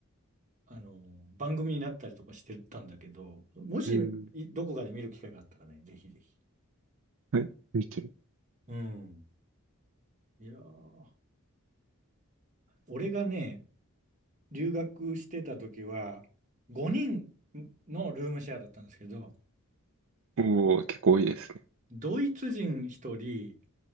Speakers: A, on the right; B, on the right.
A: あの、番組になったりとかしてたんだけど、もし、
B: うん、
A: いどこかで見る機会があったらね、ぜひぜひ。
B: はい、見てる。
A: うん。いやー、俺がね、留学してた時は、5人のルームシェアだったんですけど、
B: おー、結構多いですね。
A: ドイツ人1人、